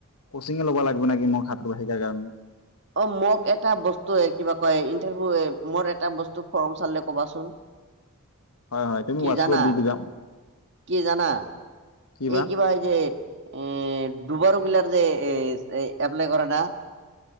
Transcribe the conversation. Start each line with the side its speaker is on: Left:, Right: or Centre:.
Left: কচিঙে ল'ব লাগিব নেকি মোক সাঁতোৰিবা হিকাৰ কাৰণে।
Right: অ মোক এটা বস্তু কিবা কয় ইন্টাৰভিউ মোৰ এটা বস্তু। ত ফৰম চালিল ক'বাচোন।
Left: হয় হয় তুমি
Right: কি
Left: হোৱাটছএপত
Right: জানা
Left: দি দিবা।
Right: কি জানা
Left: কি বা
Right: এই কিবা যে। এ দুবাৰু গিলাৰ যে এপ্লাই কৰে ন।